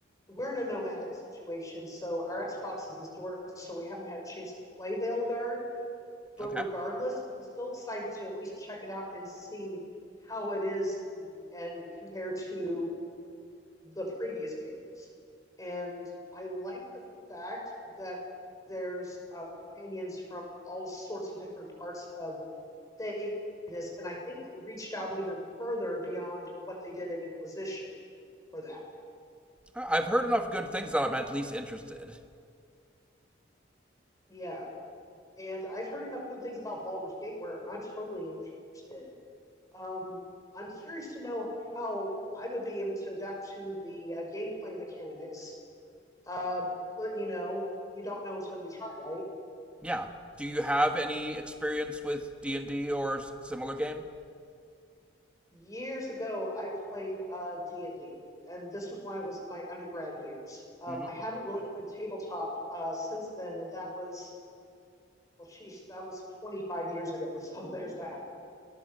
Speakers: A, on the left; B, in the centre.
A: we're in a nomadic situation, so our Xbox is in storage, so we haven't had a chance to play Veilguard. But
B: Okay.
A: regardless, I'm still excited to at least check it out and see how it is and, and compared to the previous games. And I like the fact that there's uh, companions from all sorts of different parts of Thetis, and I think they reached out even further beyond what they did in Inquisition for that.
B: I- have heard enough good things that I'm at least interested.
A: Yeah, and I've heard enough good things about Baldur's Gate where I'm totally interested. Um, I'm curious to know how I would be able to adapt to the uh, gameplay mechanics, uh, but you know, you don't know until you try, right?
B: Yeah. Do you have any experience with D&D or s- similar game?
A: years ago I played uh, D&D and D, and this was when I was in my undergrad years. Um,
B: Mm-hmm.
A: I haven't really played tabletop uh, since then and that was well sheesh that was 25 years ago <laughs> so there's that.